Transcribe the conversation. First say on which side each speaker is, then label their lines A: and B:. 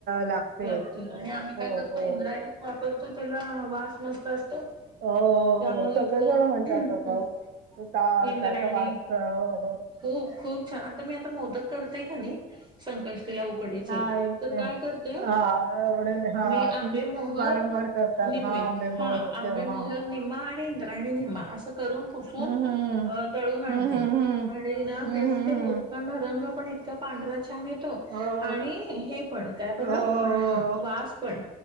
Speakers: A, on the right; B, on the right.
A: लागते. हो
B: इकडे आम्ही
A: हो
B: काय करतो
A: हो
B: इंद्रायणीच वापरतो त्याला वास मस्त असतो.
A: हो, हो.
B: त्यामुळे
A: सगळेजण
B: इतकं
A: म्हणतात
B: <unintelligible>
A: बाबा तो ता
B: इंद्रायणी
A: त्याचा वास हो,
B: हो खूप छान आता मी आता मोदक करतेय कीनी - संकष्टीला उकडीचे
A: नाही
B: तर काय करते
A: हां, एवढे हां,
B: मी आंबे
A: तुम्ही
B: मोहर-
A: वारंवार करतात
B: निम्मे
A: हां, आंबे
B: हां
A: मोहरचे
B: आंबे
A: हां,
B: मोहर
A: हां.
B: निम्मा आणि इंद्र- यणि निम्मा असं करून पुसून
A: हं, हं,
B: अं दळून आणते.
A: हं, हं, हं.
B: आणि नां
A: हं,
B: त्याच
A: हं,
B: ते मोदकांना
A: हं.
B: रंग पण इतका पांढरा छान ये- त,,
A: हो, हो,
B: आणि हे पण, काय बरं,,
A: हो, हो,
B: वास
A: हो,
B: पणऽ